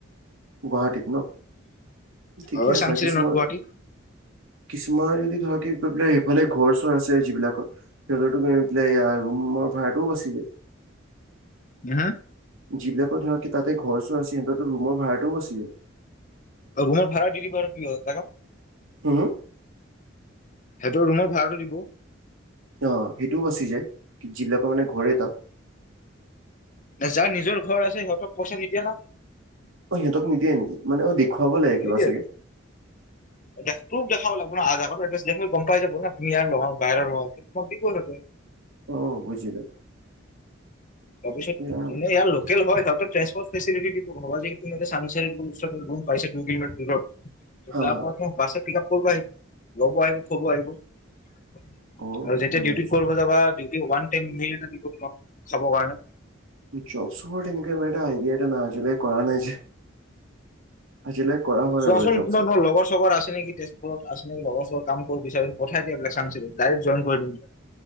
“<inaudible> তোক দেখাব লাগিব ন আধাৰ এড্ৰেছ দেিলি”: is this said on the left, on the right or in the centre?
Left